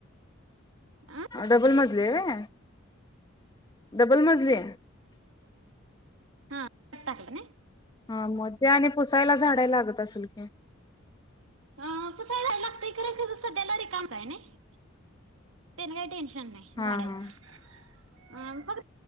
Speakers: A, on the right; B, on the left.
A: अ
B: डबलमजली हाय व्हय डबलमजली
A: आत टाकलं न
B: हां म ते आणि पुसायला झाडाय लागत असेल की.
A: हां पुसायला लागतंय खरं तिजं सध्याला रिकामंच आहे नाही तेना काय टेंश नाही
B: हा
A: झाडायचं
B: हा
A: अं कद